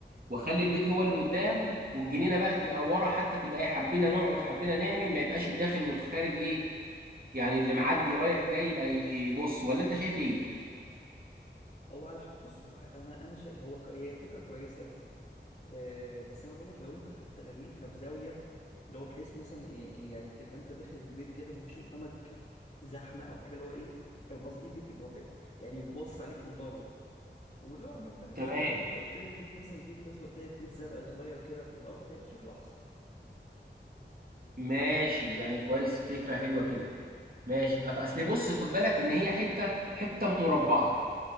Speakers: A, on the right; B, on the left.
A: واخلي البيت هو اللي قدام والجنينة بقى تبقى ورا حتى تبقى ايه حبينا نقعد حبينا نعمل ما يبقاش الداخل والخارج ايه يعني اللي معدي رايح جاي يبقى يبص ولا انت شايف ايه
B: هو على حق بص هو انا انا شيء هو ك- هي فكره كويسه أه بس انا بقول لك لو انت خدت خليتها بزاويه اللي هو بحيث مثلا إيه- يعني تبقى انت داخل البيت كده ما فيش قدامك زحمه او حاجه اللي هو ايه فاهم قصدي البيت يبقى بقى- يعني باصص عليك من بره ولو عملتها في
A: تمام
B: زاويه عملت قدام البيت مثلا جبت بس قدام البيت زرع صغير كده في الارض هيبقى شكله احسن
A: ماشي يعني كويس فكرة حلوة كده ماشي أت- اصل بص خد بالك ان هي حتة حتة مربعة